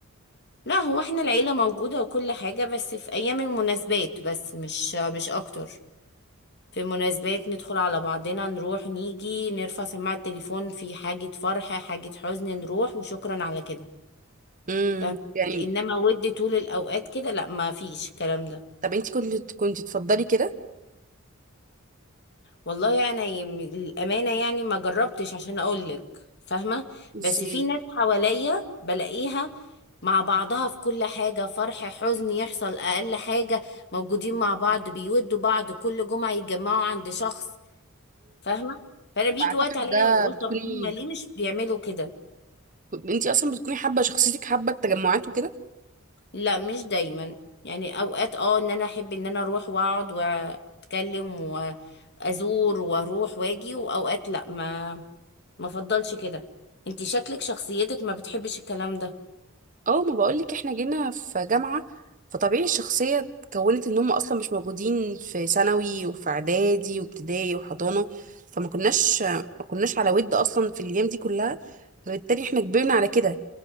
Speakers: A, on the left; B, on the right.
A: لا هو احنا العيله موجوده وكل حاجه بس في ايام المناسبات بس مش مش اكتر في مناسبات ندخل على بعضنا نروح نيجي نرفع سماعة التليفون في حاجة فرح حاجة حزن نروح وشكرا على كده
B: امم
A: فاهم
B: يعني
A: انما ود طول الاوقات كده لا ما فيش الكلام ده
B: طب انتي كنت كنت تفضلي كده
A: والله انا يم... الامانة يعني ما جربتش عشان اقول لك فاهمة
B: ازاي
A: بس في ناس حواليا بلاقيها مع بعضها في كل حاجة فرح حزن يحصل اقل حاجة موجودين مع بعض بيودوا بعض كل جمعة يتجمعوا عند شخص فاهمه فانا بيجي
B: اعتقد
A: وقت عليا
B: ده
A: واقول
B: بتكوني
A: طب هم ليه مش بيعملوا كده
B: انتي اصلا بتكوني حابه شخصيتك حابه التجمعات وكده
A: لا مش دايما يعني اوقات اه ان انا احب ان انا اروح واقعد واتكلم وازور واروح واجي واوقات لا ما ما افضلش كده انت شكلك شخصيتك ما بتحبش الكلام ده
B: اه ما بقولك احنا جينا في جامعه فطبيعي الشخصيه اتكونت ان هم اصلا مش موجودين في ثانوي وفي اعدادي وابتدائي وحضانه فما كناش ما كناش على ود اصلا في الايام دي كلها فبالتالي احنا كبرنا على كده